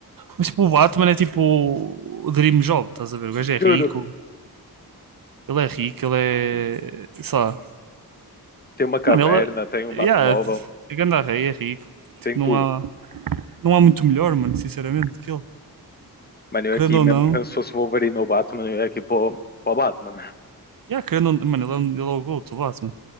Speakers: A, on the right (about 60°); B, on the left (about 25°).
A: Mas tipo, o Batman é tipo o Dream Job, estás a ver? O gajo
B: Juro.
A: é rico, ele é rico, ele é. sei lá.
B: Tem uma caverna,
A: Mano, ele
B: tem um
A: é.
B: Batmóvel,
A: Yeah, é grande rei, é rico. Tipo,
B: tem
A: não
B: tudo.
A: há, não há muito melhor, mano, sinceramente, que ele.
B: Mano, eu
A: Querendo
B: aqui, mesmo,
A: ou não.
B: mesmo se fosse o Wolverine ou o Batman, eu ia aqui para o Batman.
A: Yeah, querendo ou não. Mano, ele é, um- ele é o GOAT, o Batman.